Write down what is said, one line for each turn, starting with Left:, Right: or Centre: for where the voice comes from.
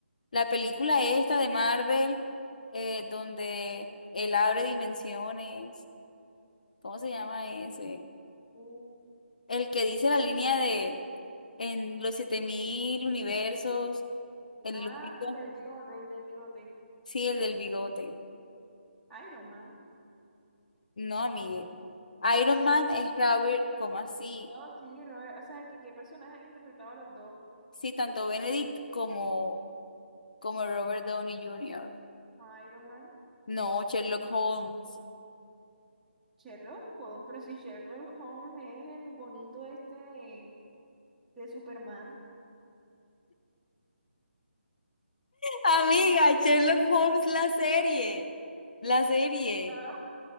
Left: la película esta de Marvel, eh, donde él abre dimensiones. ¿Cómo se llama ese?
Centre: Uh,
Left: El que dice la línea de en los 7000 universos, el
Centre: Ah,
Left: lupito.
Centre: del bigote, del bigote.
Left: Sí, el del bigote.
Centre: Iron Man.
Left: No, amigue. Iron Man es Robert, como así?
Centre: No, sí, Robert, o sea, que qué personaje han interpretado a los dos.
Left: Sí, tanto Benedict como, como Robert Downey Jr.
Centre: Iron Man,
Left: No, Sherlock Holmes.
Centre: Sherlock Holmes, pero si Sherlock Holmes es el bonito este de, de Superman.
Left: Amiga, Sherlock Holmes, la serie. La serie.
Centre: Ah,